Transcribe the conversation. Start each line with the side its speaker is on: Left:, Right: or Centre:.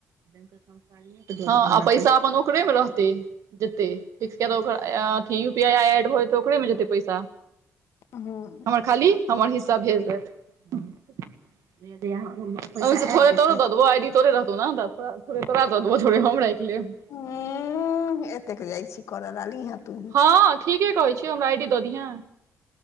Right: हं आ पैसा अपन ओकरे मे रहतै जेतै फिक्स कै दौ ओकर आई अं अथि युपीआई आई एड भऽ जेतै ओकरे मे जेतै पैसा
Left: हँ
Right: हमर खाली हमर हिस्सा भेज देत ओहिम से थोड़े तोरो द देबौ आइ डी तोरे रहतौ न दै त थोड़े तोरा द देबौ थोेड़े हम रखि लेब
Left: हुँ एतेक जाइ छी करऽला ली इहाँ तूहिं
Right: हाँ ठीके कहै छियोउ हमरा आई डी द दिहां